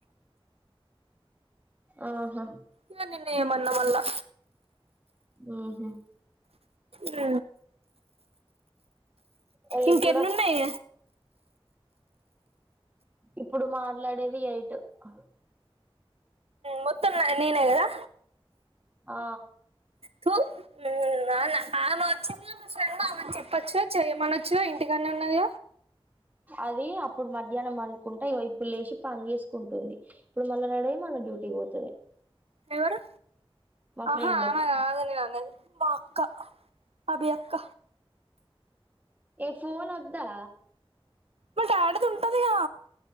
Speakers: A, on the right; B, on the right.
A: ఆహా
B: ఇగ నిన్ను ఏమన్నా మళ్ళా
A: ఆ ఓహా
B: అ
A: రేపు
B: ఇంకెన్న
A: కూడా
B: ఉన్నాయి
A: ఇప్పుడు మా లడవియయిట్ ఆ
B: మొత్తం నేనే కదా
A: ఆ
B: తూ నానా ఆమ వచ్చింద మా ఫ్రెండ్ అమెని చెప్పొచ్చువా చేయమనచ్చవా ఇంటికనే ఉన్నది
A: అది అప్పుడు మధ్యాహ్నం అనుకుంటే వైపుల్ లేచి పని చేసుకుంటుంది ఇప్పుడు మళ్ళా రెడీ అయి డ్యూటీకి పోతుంది
B: ఎవరు
A: ఫ్రెండ్
B: ఆహా ఆమె కాదని మా అక్క అభి అక్క
A: ఏ ఫోన్ వద్దా
B: మా డాడీది ఉంటదిగా